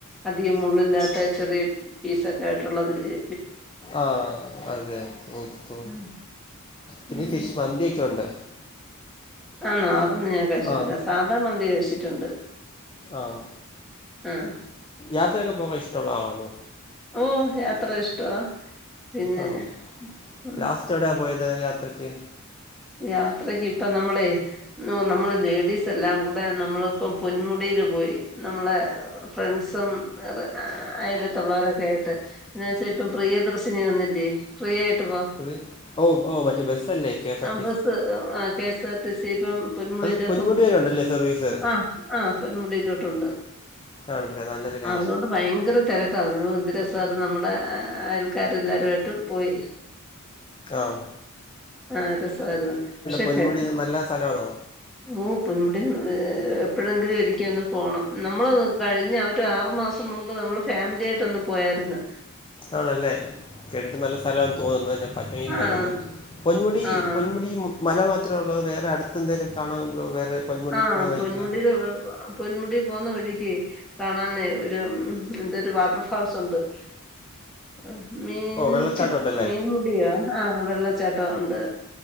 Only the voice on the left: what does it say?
ആഹ അതെ തോന്നി തോന്നി
പിന്നെ
ഫിഷ് മന്തി ഒക്കെ ഒണ്ട്
ആ
ആഹ്
യാത്രയൊക്കെ പോകാൻ ഇഷ്ട ഉള്ള ആളാന്നോ
ആണോ
ലാസ്റ്റ് എവിടെയാ പോയത് യാത്രയ്ക്ക്
പ്രി ഓഹ് ഓഹ് മറ്റെ ബസ്സല്ലേ K S R T
അത് പൊന്മുടി വരെ ഉണ്ടല്ലേ സർവീസ്
ആണല്ലെ നല്ലൊരു കാര്യം
ആഹ്
പൊന്മുടി
നല്ല സ്ഥലമാണോ
ആണല്ലേ കേട്ടിട്ട് നല്ല സ്ഥലാന്ന് തോന്നുന്ന് ഞാൻ പറ്റുവെങ്കി
വരാൻ നോക്കാം പൊന്മുടി
പൊന്മുടി മല മാത്രെ ഉള്ളൊ അതോ വേറെ അടുത്തെന്തേലും കാണാന് വേറെ പൊന്മുടി
പോകുന്ന വഴിക്ക്
ഓ വെള്ളച്ചാട്ടം ഉണ്ടല്ലേ